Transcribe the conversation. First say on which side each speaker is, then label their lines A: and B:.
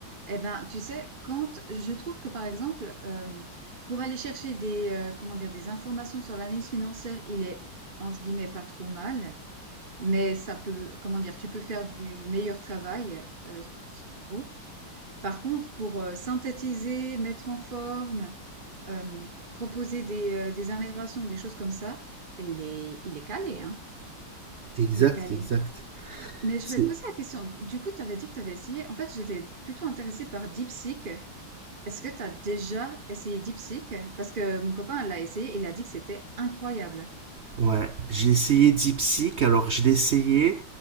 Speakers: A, on the right (about 35°); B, on the right (about 70°).
A: Eh ben, tu sais, quand je trouve que par exemple euh, pour aller chercher des euh, comment dire des informations sur l'analyse financière, il est entre guillemets pas trop mal. Mais ça peut, comment dire, tu peux faire du meilleur travail, heu, sans mots. Par contre, pour, heu, synthétiser, mettre en forme, hem, proposer des, heu, des améliorations, des choses comme ça, il est il est calé, hein,
B: Exact,
A: il est calé.
B: exact.
A: Mais je
B: C'est
A: voulais te poser la question, du coup, tu avais dit que tu avais essayé en fait, j'étais plutôt intéressée par DeepSeek. Est-ce que tu as déjà essayé DeepSeek? Parce que mon copain l'a essayé et il a dit que c'était incroyable.
B: Ouais, j'ai essayé DeepSeek, alors je l'ai essayé,